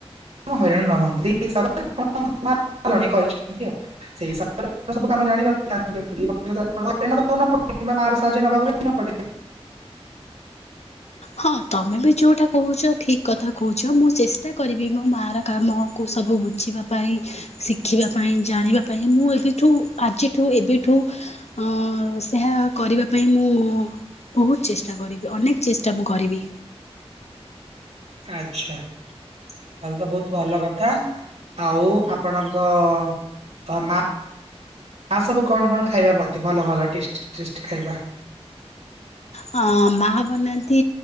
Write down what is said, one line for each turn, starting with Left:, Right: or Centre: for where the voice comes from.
Right: ଣ ହଇରାଣ ନ ହୁଅନ୍ତୁ ଏଇ ହିସାବରେ ଆପଣଙ୍କ ମା ଜଣେଇ କହିଛନ୍ତି ଆଉ। ସେଇ ହିସାବରେ ସବୁ କାମ ଜାଣି ରଖିଥାଆନ୍ତୁ, <inaudible> ନପଡୁ କିମ୍ବା ମାର ସାହାଯ୍ୟ ନବାକୁ ବି ନ ପଡେ।
Left: ହଁ ତୋମେ ବି ଯୋଉଟା କହୁଛ ଠିକ କଥା କହୁଛ, ମୁଁ ଚେଷ୍ଟା କରିବି ମୋ ମା ର କାମକୁ ସବୁ ବୁଝିବା ପାଇଁ ଶିଖିବା ପାଇଁ, ଜାଣିବା ପାଇଁ ମୁଁ ଏବେଠୁ ଆଜିଠୁ ଏବେଠୁ ଅ, ସେହା କରିବା ପାଇଁ ମୁଁ ବହୁତ ଚେଷ୍ଟା କରିବି, ଅନେକ ଚେଷ୍ ଟା ମୁଁ କରିବି।
Right: ଆଚ୍, ଛା ତାହଲେ ତ ବହୁତ ଭଲ କଥା। ଆଉ ଆପଣଙ୍କ ଅ, ମା ମା ସବୁ କଣ କଣ ଖାଇବା ବନ୍ତି ଭଲ ଭଲ ଟେଷ୍ଟି ଟେଷ୍ଟି ଖାଇବା?
Left: ହଁ ମା ବନାନ୍ତି